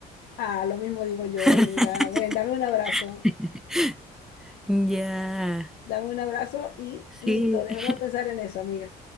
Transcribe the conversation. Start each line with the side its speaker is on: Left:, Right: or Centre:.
Left: Ah, lo mismo digo yo,
Centre: <laughs>
Left: amiga. Ven, dame un abrazo.
Centre: Ya,
Left: Dame un abrazo y
Centre: sí.
Left: listo, dejemos de pensar en eso, amiga.